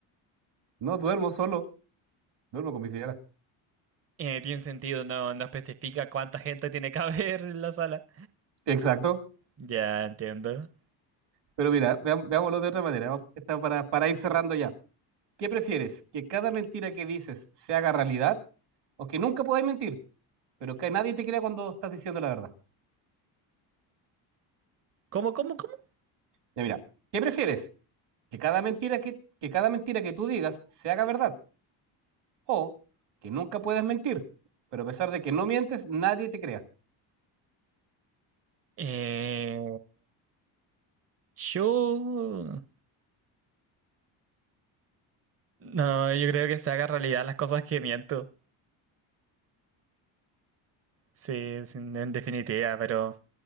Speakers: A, on the right (about 65°); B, on the right (about 30°).
A: No duermo solo, duermo con mi señora.
B: Eh, tiene sentido, no, no especifica cuánta gente tiene que <laughs> haber en la sala.
A: Exacto.
B: Ya entiendo.
A: Pero mira, veam- veámoslo de otra manera. Está para, para ir cerrando ya. ¿Qué prefieres? ¿Que cada mentira que dices se haga realidad? ¿O que nunca podáis mentir, pero que nadie te crea cuando estás diciendo la verdad?
B: ¿Cómo, cómo, cómo?
A: Ya mira, ¿qué prefieres? ¿Que cada mentira que, que cada mentira que tú digas se haga verdad? ¿O que nunca puedes mentir, pero a pesar de que no mientes, nadie te crea?
B: Eh... Yo... No, yo creo que se haga realidad las cosas que miento. Sí, sí, en definitiva, pero...